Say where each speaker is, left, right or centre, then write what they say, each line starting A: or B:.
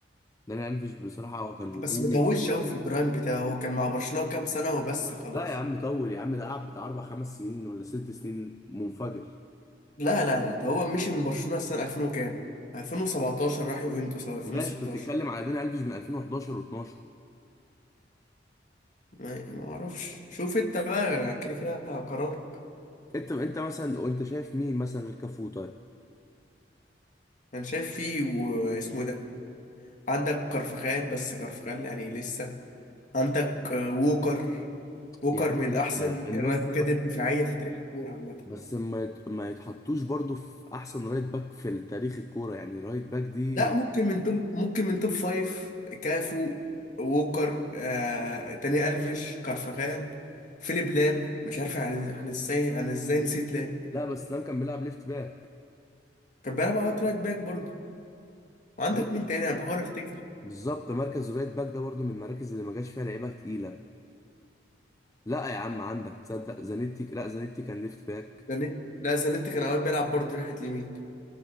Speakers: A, on the left; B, on the left.
A: داني الفيش بصراحه كان
B: بس
A: هجومي
B: مطولش قوي في البرايم بتاعه هو كان مع برشلونة كام سنة وبس خلاص
A: لا يا عم طول يا عم ده قعد بتاع اربع خمس سنين ولا ست سنين منفجر
B: لا لا لا ده هو مشي من برشلونة السنة 2000 وكام 2017 راح يوفنتوس او 2016
A: ماشي انت بتتكلم على داني الفيش من 2011 و12
B: ما ما اعرفش شوف انت بقى كده كده قرارك
A: انت انت مثلا وانت شايف مين مثلا غير كافو طيب
B: انا شايف فيه واسمه ده عندك كارفخال بس كارفخال يعني لسه عندك آه، ووكر ووكر
A: يا عم
B: من
A: لا
B: احسن
A: الناس
B: الرايت
A: دي
B: باكات
A: ما
B: الدفاعية في تاريخ الكورة عامة
A: بس ما يت- ما يتحطوش برضو في احسن رايت باك في تاريخ الكوره يعني رايت باك دي
B: لا ممكن من توب ممكن من توب فايف كافو ووكر آه، تاني ألفيش كارفخال فيليب لام مش عارف عن عن ازاي انا ازاي نسيت لام
A: لا بس لام كان بيلعب ليفت باك
B: كان بيلعب اوقات رايت باك برضه وعندك
A: بص
B: مين تاني انا بحاول افتكر
A: بالظبط مركز الرايت باك ده برضو من المراكز اللي ما جاش فيها لعيبه تقيله لا يا عم عندك تصدق زانيتي لا زانيتي كان ليفت باك
B: زانيت لا زانيت كان اوقات بيلعب برضه ناحيه اليمين